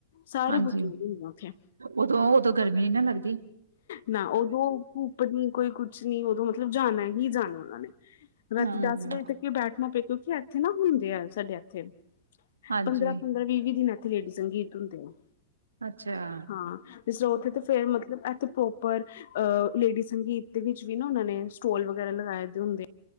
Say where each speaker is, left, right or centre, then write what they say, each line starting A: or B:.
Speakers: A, on the left; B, on the right.
A: ਸਾਰੇ
B: ਹਾਂਜੀ
A: ਪੁੱਛੁ ਹੂਣ ਦੇ ਆ ਉੱਥੇ।
B: ਉਦੋਂ, ਉਦੋਂ ਗਰਮੀ ਨੀ ਨਾ ਲੱਗ
A: ਨਾ, ਉਦੋ ਕੁ ਪ ਨੀ ਕੋਈ ਕੁਛ ਨੀ, ਉਦੋਂ ਮਤਲਬ ਜਾਨਾ ਹੀ ਜਾਨਾ ਉਹਨਾਂ ਨੇ ਰਾਤੀ
B: ਹੂੰ,
A: ਦਸ ਵਜੇ ਤ ਕੀ ਬੈਠਣਾ ਪਏ ਕਿਉਂਕਿ ਐਥੇ ਨਾ ਹੁੰਦੇ ਆ ਸਾਡੇ ਐਥੇ
B: ਹਾਂਜੀ
A: ਪੰਦਰਾਂ-ਪੰਦਰਾਂ ਵੀਹ-ਵੀਹ ਦਿਨ ਐਥੇ ਲੇਡੀ ਸੰਗੀਤ ਹੁੰਦੇ ਆ।
B: ਅੱਛਿਆ।
A: ਹਾਂ ਸੋ ਕੇ ਤੇ ਫੇਰ ਮਤਲ ਬ ਇੱਥੇ ਪ੍ਰੋਪਰ ਅ। ਲੇਡੀ ਸੰਗੀਤ ਦੇ ਵਿੱਚ ਵੀ ਨਾ ਉਹਨਾਂ ਨੇ ਸਟੋਲ ਵਗੈਰਾ ਲਗਾਏ ਦੇ ਹੁੰਦੇ।